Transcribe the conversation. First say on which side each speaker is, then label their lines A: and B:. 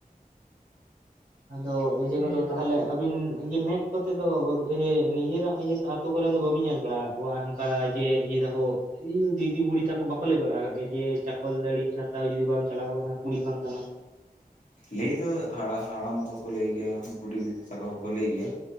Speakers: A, on the right; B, on the left.
A: ᱟᱫᱚ ᱤᱭᱟᱹ ᱠᱚᱫᱚ ᱛᱟᱦᱚᱞᱮ ᱟᱹᱵᱤᱱ ᱤᱭᱟᱹ ᱢᱮᱫ ᱠᱚᱛᱮ ᱫᱚᱼᱼ ᱮ ᱱᱤᱡᱮᱨᱟᱜ <unintelligible> ᱟᱛᱳ ᱠᱚ ᱨᱮᱱ ᱫᱚ ᱵᱟᱹᱵᱤᱱ ᱧᱮᱞ ᱵᱟᱲᱟ ᱟᱠᱟᱫ ᱠᱚᱣᱟ ᱚᱱᱠᱟ ᱡᱮ ᱤᱭᱟᱹ ᱫᱟᱠᱚᱼᱼ ᱤᱭᱟᱹ ᱫᱤᱫᱤ ᱵᱩᱲᱷᱤ ᱛᱟᱠᱚ ᱵᱟᱠᱚ ᱞᱟᱹᱭ ᱵᱟᱲᱟ ᱟᱠᱟᱫ ᱜᱮᱭᱟ ᱡᱮ ᱪᱟᱠᱚᱞ ᱛᱟᱲᱤ ᱪᱷᱟᱛᱟ ᱡᱩᱫᱤ ᱵᱟᱢ ᱪᱟᱞᱟᱣ ᱟᱠᱟᱱᱟ ᱠᱩᱲᱤ ᱵᱟᱝ ᱠᱟᱱᱟᱢ
B: ᱞᱟᱹᱭ ᱫᱚ ᱦᱟᱲᱟᱢ ᱠᱚᱦᱚᱸ ᱠᱚ ᱞᱟᱹᱭ ᱜᱮᱭᱟ, ᱵᱩᱰᱷᱤ ᱛᱟᱠᱚ ᱦᱚᱸ ᱠᱚ ᱞᱟᱹᱭ ᱜᱮᱭᱟ᱾